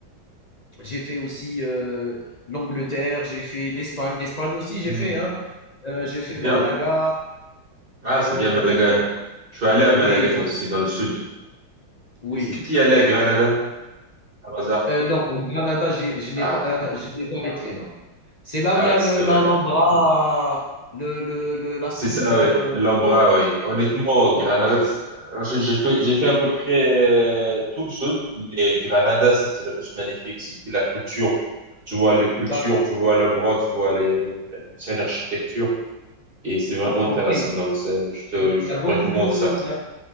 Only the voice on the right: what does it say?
mhm.
Bien.
Ah, c'est
bien, Malaga.
Je suis allé à
Malaga
aussi, dans le sud.
Est-ce que tu y allais à Granada, par hasard?
Ah,
ah
c'est dommage.
C'est
ça, ouais.
L'Ambra, oui. Honnêtement,
Granada, c'est- je- j'ai fait, j'ai fait à peu près euh, tout le sud, mais Granada, c'était la plus magnifique. C'était la culture. Tu vois les cultures,
tu vois l'Ambra, tu vois les, l'ancienne architecture. Et c'est vraiment intéressant.
Donc, c'est- je te,
je
te
recommande
ça.